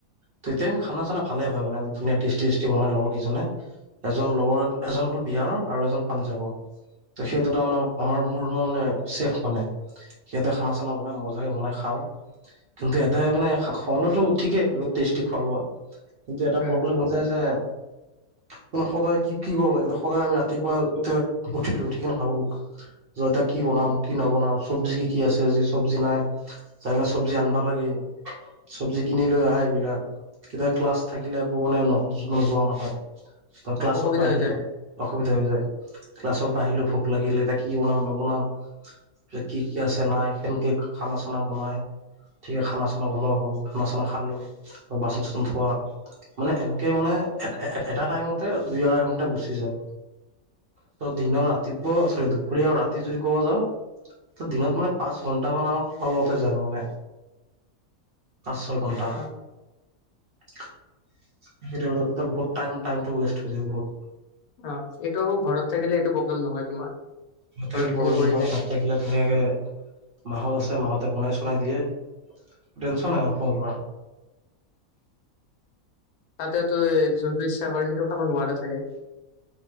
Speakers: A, on the right (about 55°); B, on the left (about 80°).
A: ততিয়া আমি খানা চানা ভালেই হয় মানে, ধুনীয়া টেষ্টি চেষ্টি বনাই লগৰ কিজনে। এজন লগৰ এজন হল বিহাৰৰ আৰু এজন, পাঞ্জাবৰ। সিহঁত দুটা মানে আমাৰ মোৰ মানে ছেফ মানে। সিহঁতে খানা চানা বনাই মজাকে বনাই খাওঁ। কিন্তু এটাই মানে খোৱা লোৱাটো ঠিকেই বহুত টেষ্টি খোৱা লোৱা। কিন্তু এটা
B: উম
A: প্ৰব্লেম হৈ যায় যে মানে সদায় কি কি কৰিব লাগে সদায় আমি ৰাতিপুৱা, উঠিলো উঠিকনে ভাবো, এতিয়া কি বনাম কি নবনাম, চবজি কি কি আছেি চব্জি নাই। যাই কেনে চব্জি আনবা লাগে, চব্জি কিনি লৈ আহা এইবিলাক। কেতিয়াবা ক্লাছ থাকিলে আকৌ মানে যোৱা নহয়। ক্লাছৰ
B: অসুবিধা
A: পৰা আহিলেও
B: হৈ যায়
A: অসুবিধা হৈ যায়। ক্লাছৰ পৰা আহিলো ভোক লাগিলে এতিয়া কি বনাম নবনাম। কি, কি, আছে নাই সেনেকে খানা চানা বনাই, ঠিকে খানা চানা বনোৱা হ'ল খানা চানা খালো আৰু বাচন--চাচন ধোৱা, মানে এনেকে মানে এটা টাইমতে দুই আঢ়াই ঘন্টা গুচি যায়। দিনৰ ৰাতিপুৱা চৰি দুপৰীয়া ৰাতি যদি ক'ব যাওঁ, ত দিনত মানে পাঁ ঘণ্টা মান আমাৰ খোৱাৰ লগতে যায় মানে পাঁচ ছয় ঘণ্টা
B: অ
A: <unintelligible> ৱষ্ট হৈ য বুত
B: অ, এইটো আকৌ ঘৰত থাকিলে এইটো প্ৰব্লেম নহয় তোমাৰ ঘৰত
A: প্ৰব্লেম
B: থাকি পঢ়িলে
A: নহয় চাত থাকিলে ধুনীয়াকে মাহত আছে মাহতে বনাই চনাই দিয়ে টেনশনাই আৰু আৰু
B: তাতেওতো যোনটো ইচ্ছা কৰে সেইটো খাব নোৱাৰা চাগে